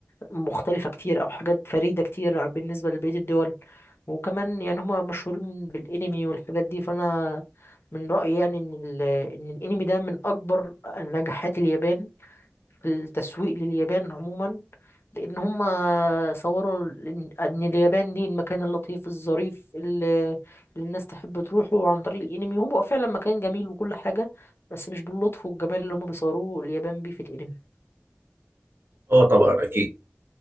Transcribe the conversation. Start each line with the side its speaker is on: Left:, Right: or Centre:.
Left: مختلفه كتير او حاجات فريده كتير عن- بالنسبه لبقيه الدول وكمان يعني هما مشهورين بالانمي والحاجات دي فانا من رايي يعني ان ال- ان الانمي ده من اكبر نجاحات اليابان في التسويق لليابان عموما لأن هم صوروا إن إن اليابان دي المكان اللطيف الظريف اللي اللي الناس تحب تروحه عن طريق الأنمي وهو فعلا مكان جميل وكل حاجة بس مش باللطف والجمال اللي هم بيصوروه اليابان بيه في الأنمي
Right: اه طبعا اكيد